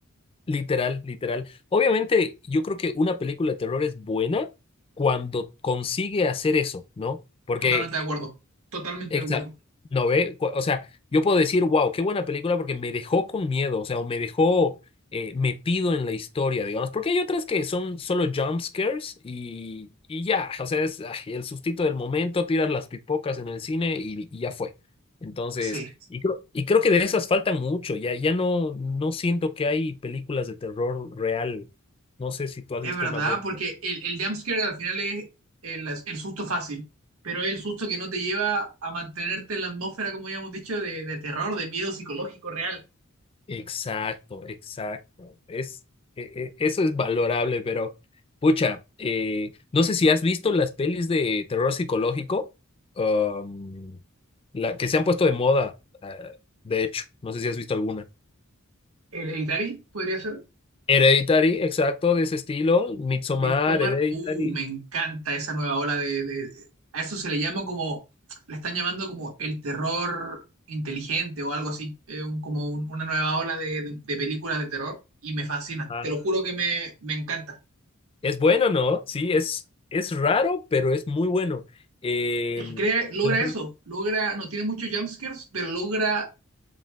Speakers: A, on the left; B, on the right.
A: Literal, literal. Obviamente, yo creo que una película de terror es buena cuando consigue hacer eso, ¿no? Porque
B: Totalmente de acuerdo, totalmente
A: Exacto.
B: de acuerdo.
A: No ve, Cu- o sea, yo puedo decir, wow, qué buena película porque me dejó con miedo, o sea, o me dejó eh, metido en la historia, digamos, porque hay otras que son solo jump scares y, y ya, o sea, es ay, el sustito del momento, tiras las pipocas en el cine y, y ya fue. Entonces,
B: Sí.
A: y creo, y creo que de esas faltan mucho, ya, ya no, no siento que hay películas de terror real. No sé si tú has
B: Es
A: visto
B: verdad,
A: una buena.
B: porque el, el jumpscare al final es el, el susto fácil, pero es el susto que no te lleva a mantenerte en la atmósfera, como ya hemos dicho, de, de terror, de miedo psicológico real.
A: Exacto, exacto. Es, e- e- eso es valorable, pero pucha, eh, no sé si has visto las pelis de terror psicológico, um, la, que se han puesto de moda, eh, de hecho, no sé si has visto alguna.
B: El Hereditary podría ser.
A: Hereditary, exacto, de ese estilo, Midsommar,
B: Midsommar.
A: Hereditary.
B: Uh, me encanta esa nueva ola de, de- de- A eso se le llama como. Le están llamando como el terror inteligente o algo así. eh, un- como un- una nueva ola de, de- de películas de terror. Y me fascina.
A: Ah.
B: Te lo juro que me, me encanta.
A: Es bueno, ¿no? Sí, es, es raro, pero es muy bueno. Eh,
B: Es que crea, logra
A: la-
B: eso, logra, no tiene muchos jumpscares, pero logra